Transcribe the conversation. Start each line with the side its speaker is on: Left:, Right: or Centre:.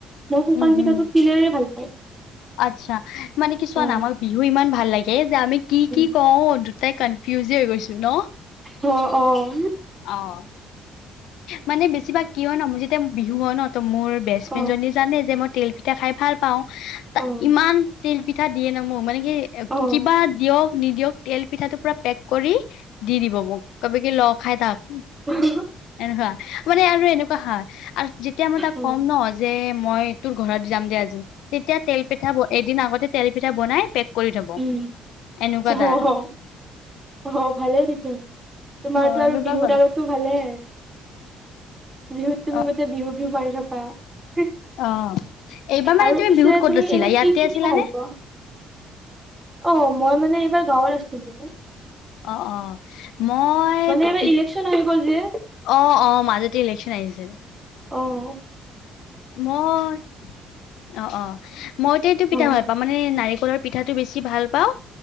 Right: মই শুকান
Left: উম,
Right: পিঠাটো
Left: উম।
Right: তিলেৰে ভাল পাওঁ
Left: আচ্ছা মানে কিছুু
Right: অ
Left: না আমাক বিহু ইমান ভাল লাগে যে আমি কি
Right: উম,
Left: কি কওঁ দুটাই কনফিউজে হৈ গৈছো ন
Right: অহ অহ
Left: অহ মানে বেছিভাগ কিয় নামো যেতিয়া বিহুৱানত <unintelligible> ত মোৰ বেষ্টফ্ৰেণ্ডজনী
Right: অ
Left: জানে যে মই তিল পিঠা খাই ভাল পাওঁ
Right: অ
Left: ইমান তিল পিঠা দিয়ে ন মোক মানে কি
Right: অ
Left: কিবা দিয়ক নিদিয়ক তিল পিঠাটো পুৰা পেক কৰি দি দিব মোক কব কি লগ খাই তাক
Right: কিহ <unintelligible>
Left: এনেকুৱা মানে আৰু এনেকুৱা হয় আৰু যেতিয়া মই তাক
Right: অ
Left: কম ন যে মই তোৰ ঘৰত যাম দে আজি তেতিয়া তিল পিঠা এদিন আগতে তিল পিঠা বনাই পেক কৰি থব
Right: <unintelligible> উম
Left: এনেকুৱা
Right: অ-অ-অ
Left: তাৰ
Right: ভালেই দেখোন তোমাৰ
Left: অ
Right: আৰু
Left: এনেকুৱা
Right: বিহুত
Left: কৰে
Right: আৰুতো ভালে। বিহুত তুমি
Left: অ
Right: মোতে বিহু বিহু মাৰি থাকা?
Left: অ এইবাৰ মানে
Right: আৰু
Left: তুমি
Right: পিছে
Left: বিহুত ক'ত
Right: তুমি
Left: আছিলা
Right: এনে
Left: ইয়াতে
Right: কি কি
Left: আছিলা
Right: পিঠা ভাল
Left: নে
Right: পোৱা? অ মই মানে এইবাৰ গাঁৱত আছিলো ন।
Left: অ অ। মই
Right: এইবাৰ
Left: পি
Right: ইলেকচন আহি গ'ল যে
Left: অহ অহ মাজতে ইলেকশ্যন আহিছিল
Right: অহ
Left: মই অহ অহ মইতো এইটো
Right: হাঁহ
Left: পিতা ভাল পাওঁ মানে নাৰিক ওপৰ পিঠাটো বেছি ভাল পাওঁ